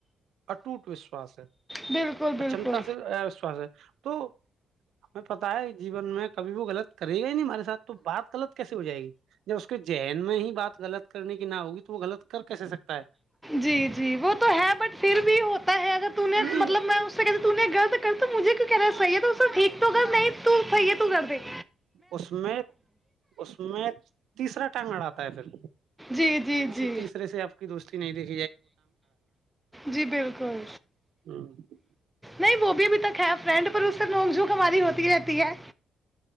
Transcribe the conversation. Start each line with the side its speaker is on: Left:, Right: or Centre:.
Right: اٹوٹ وشواس ہے
Centre: میں نے بالکل
Right: اچمتا
Centre: بالکل
Right: سے وشواس ہے تو ہمیں پتا ہے جیون میں کبھی وہ غلط کرے گا ہی نہیں ہمارے سات تو بات غلط کیسے ہو جائے گی جب اس کے ذہین میں ہی بات غلط کرنے کی نہ ہوگی تو وہ غلط کر کیسے سکتا ہے
Centre: جی جی وہ تو ہے بٹ پھر بھی ہو اگر تو نے
Right: نہیں
Centre: مطلب میں اس سے کہ تو نے غلط کر تو مجھے کی کہہناا صحی ہے تو سر ٹھیک تو کر نہیں تو صحی ہے تو کر د
Right: اس میں اس میں تیسرا ٹانگ اڑتا ہے پھر
Centre: جی جی
Right: کسی
Centre: جی
Right: تیسرے سے آپ کی دوستی نہیں دیکھ
Centre: جی بالکل
Right: ہ
Centre: نہیں وہ ابھی تک ہے فرینڈ پروس نوک جھوک ہماری ہوتی رہتی ہے